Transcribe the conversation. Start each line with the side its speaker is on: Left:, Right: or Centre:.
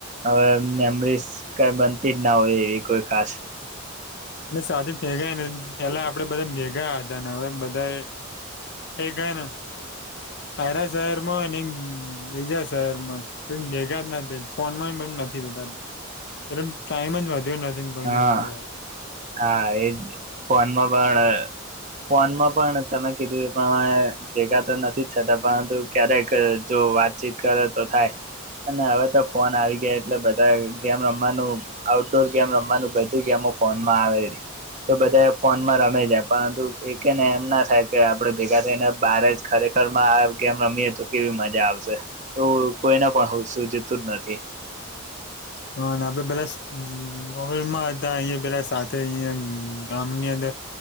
Right: હવે મેમરીસ કઈ બનતી જ ના હોય એવી કોઈ. કાસ.
Left: એટલે સ્વાથી ભેગાને પેલા આપડે બધા મેગા. ધા નવે બધા એ ભેગારા તારા શહેરમાં હોય ને બીજા શહેરમાં પણ ભેગા જ ના થઈ ફોનમાં પણ નથી થતા એ ટાઈમ જ વધ્યો ન તીન કોઈના
Right: હા
Left: જોડે હું.
Right: હા એજ ફોનમાં પણ ફોનમાં પણ તમે કીધું એ પ્રમાણે ભેગા તો નથી જ થતા પરંતુ ક્યારેક જો વાતચીત કરે તો થાય અને હવે તો ફોન આવી ગયા એટલે બધા ગેમ રમવાનું આઉટડોર ગેમ રમવાનું બધી ગેમો ફો માં આવે તો બધા એ ફોનમાં રમે જાય પરંતુ એને એમ ના થાય કે આપડે ભેગા થઈને બાર જ ખરેખર આ ગેમ રમીએ તો કેવી મજા આવશે એવું કોઈને પણ સુજતુ જ નથી.
Left: હ આપે બધા ઓવેમાં હતા અયા બધા સાથે અયા ગામની અંદર